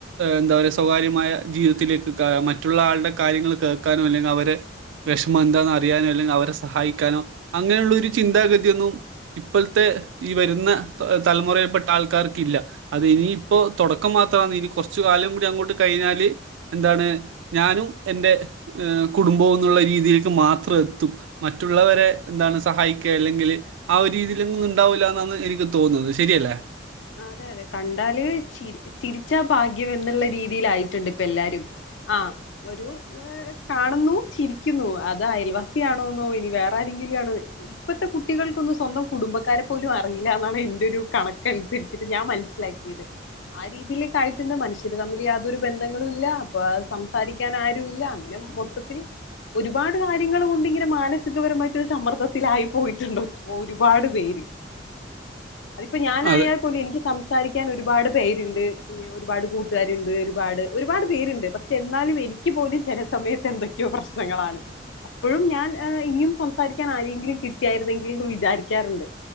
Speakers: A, on the right; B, on the left.
A: എന്താ പറയുക സ്വകാര്യമായ ജീവിതത്തിലേക്ക് മറ്റുള്ള ആളുടെ കാര്യങ്ങൾ കേൾക്കാനോ അല്ലെങ്കിൽ അവരെ വിഷമം എന്താന്ന് അറിയാനോ അല്ലെങ്കിൽ അവരെ സഹായിക്കാനോ അങ്ങനെയുള്ള ഒരു ചിന്താഗതി ഒന്നും ഇപ്പോഴത്തെ ഈ വരുന്ന തലമുറയിൽപ്പെട്ട ആൾക്കാ ക്കാർക്കല്ല അത് ഇനിയിപ്പോൊ തുടക്കം മാത്രമാണ് ഇനി കുറച്ച കാലം കൂടി അങ്ങോട്ട് കഴിഞ്ഞാല് എന്താണ് ഞാനും എൻറെ കുടുംബവും എന്നുള്ള രീതിയിലേക്ക് മാത്രം എത്തും മറ്റുള്ളവരെ
B: അതെ
A: എന്താണ് സഹായിക്കുക അല്ലെങ്കിൽ ആ ഒരു രീതിലെന്നും ഉണ്ടാവൂല്ല എന്നാന്ന് എനിക്ക് തോന്നുന്നത് ശെരിയല്ലേ
B: അതെ അതെ കണ്ടാല് ചി ചിരിച്ചാ ഭാഗ്യം എന്നുള്ള രീതിലായിട്ട്ണ്ട് ഇപ്പ എല്ലാരും ആഹ് ഒരു കാണുന്നു ചിരിക്കുന്നു അത് അയൽവാസി ആണോന്നോ ഇനി വേറെ ങ്കിലാണോ ഇപ്പത്തെ കുട്ടികൾക്കൊന്നും സ്വന്തം കുടുംബക്കാരെ പോലും അറിയില്ല എന്നാണ് എന്റെ ഒരു കണക്കനുസരി ച്ചിട്ട് ഞാൻ മനസ്സിലാക്കിയത് ആ രീതിയിലേക്കായിട്ടുണ്ട് മനുഷ്യര് തമ്മില് യാതൊരു ബന്ധങ്ങളും ഇല്ല അപ്പ സംസാരിക്കാൻ ആരു ഇല്ല അങ്ങനെ മൊത്തത്തിൽ ഒരുപാട് കാര്യങ്ങൾ കൊണ്ട് ഇങ്ങനെ മാനസികപരമായിട്ടൊരു സമ്മർദ്ദത്തിലായി പോയിട്ട്ണ്ട് ഒരുപാട് പേര് അതിപ്പോ ഞാനായൽ
A: അതെ
B: എനിക്ക് സംസാരിക്കാൻ ഒരുപാട് പേരുണ്ട് ഒരുപാട് കൂട്ടുകാരുണ്ട് ഒരുപാട് ഒരുപാട് പേരുണ്ട് പക്ഷേ എന്നാലും എനിക്ക് പോലും ചെല സമയത്ത് എന്തൊക്കെയോ പ്രശ്നങ്ങളാണ് അപ്പോഴും ഞാൻ ഇനിയും സംസാരിക്കാൻ രിക്കാൻ ആരെങ്കിലും കിട്ടിയാരുന്നെങ്കില്നു വിചാരിക്കാറുണ്ട്